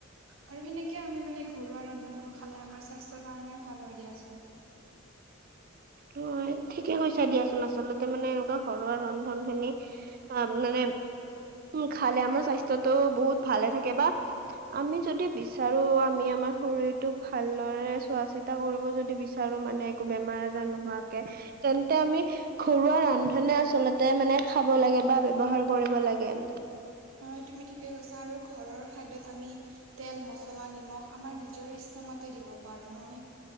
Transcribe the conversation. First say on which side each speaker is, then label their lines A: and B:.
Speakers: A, on the right (about 80°); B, on the right (about 45°).
A: আৰু সেনেকে সেনেকে আমি মানে ঘৰুৱা ৰন্ধনবোৰ খালে আমাৰ স্বাস্থ্যৰ কাৰণে ভাল হয় দিয়াচোন
B: হয় ঠিকে কৈছা দিয়াচোন আচলতে মানে এনেকুৱা ঘৰুৱা ৰন্ধনখিনি অ' মানে উম খালে আমাৰ স্বাস্থ্যতো বহুত ভালে থাকে বা আমি যদি বিচাৰো আমি আমাৰ শৰীৰটোক ভালদৰে চোৱা চিত চোৱা- চিতা কৰিব যদি বিচাৰো মানে একো বেমাৰ আজাৰ নোহোৱাকে তেন্তে আমি ঘৰুৱা ৰন্ধনে আচলতে মানে খাব লাগে বা ব্যৱহাৰ কৰিব লাগে।
A: হয় তুমি ঠিকে কৈছা আৰু ঘৰৰ খাদ্যত আমি তেল, মছলা, নিমখ আমাৰ নিজৰ ইচ্ছামতে দিব পাৰো ন' সেই